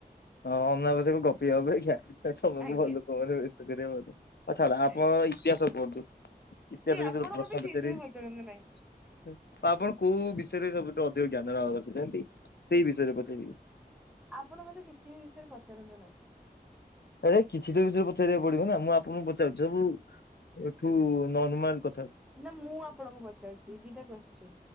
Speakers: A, on the left; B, in the centre.
A: ହଁ ଅନାବଶ୍ୟକ ଗପିିବା ଅପେକ୍ଷା ତମକୁ
B: ଆଜ୍ଞା
A: ଭଲ ଲୋକମାନେ ବ୍ୟସ୍ତ କରିବା ପାଁଇ ଅଛ ତ ଛାଡ ଆପଣଙ୍କର
B: ଆଜ୍ଞା
A: ଇତିହାସ କୁହନ୍ତୁ। ଇତିହାସ
B: ଏଇ
A: ବିଷୟରେ
B: ଆପଣ
A: ପ୍ରଶ୍ନ
B: ମତେ ସେଇ
A: ପଚାରିବା
B: ସବୁ ପଚାରନ୍ତୁ ନାହିଁ।
A: କି ଆପଣ କୋଉ ବିଷୟରେ ସବୁଠୁ ଅ ଯଉ ଜ୍ଞାନ ଅ ରଖିଚନ୍ତି ସେଇ ବିଷୟରେ ପଚାରିବି।
B: ଆପଣ ମତେ କିଛି ବି ବିଷୟରେ ପଚାରନ୍ତୁ ନାହିଁ।
A: ଆରେ କିଛି ତ ବିଷୟରେ ପଚାରିବାକୁ ପଡିବ ନା ମୁଁ ଆପଣଙ୍କୁ ପଚାରୁଛି ସବୁ ଠୁ ନର୍ମାଲ କଥା
B: ନା ମୁଁ ଆପଣଙ୍କୁ ପଚାରୁଛି ଦିଟା କୋଶ୍ଚିନ୍